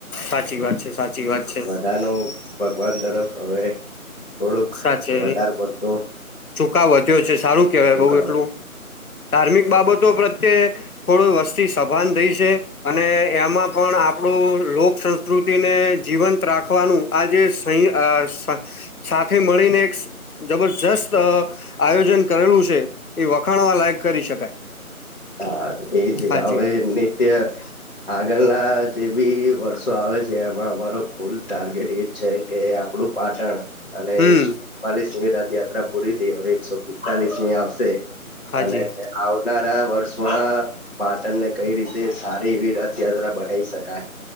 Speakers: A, on the left; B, on the left.
A: સાચી વાત છે સાચી વાત છે
B: વધાનો. ભગવાન તરફ હવે થોડુંક
A: સાચે
B: વધારે પડ
A: ચુકાવ વધ્યો છે, સારું કેવાય
B: ચુકાવ
A: બઉ એટલું. ધાર્મિક બાબતો પ્રત્યે થોડું વસ્તી સભાન થઈ છે, અને એમાં પણ આપ આપણું લોક સંસ્કૃતિને જીવંત રાખવાનું આ જે <unintelligible> સાથે મળીને એક જબરજસ્ત આયોજન કરેલું છે. એ વખાણવા લાયક કરી શકાય
B: હા એ છે,
A: હાજી
B: હવે
A: હાજી
B: <unintelligible> આગળના જે બી વર્ષો આવે છે, એમાં અમારો કુલ ટાર્ગેટ એ છે, કે આપડું પાટણ. અને
A: હમ
B: એકસો ચુમાલીસમી રથયાત્રા પૂરી થઈ હવે એકસો પિસ્તાલીસમી આવશે.
A: હાજી
B: અને આવનારા વર્ષમાં. પાટણને કઈ રીતે સારી એવી રથયાત્રા બનાવી શકાય.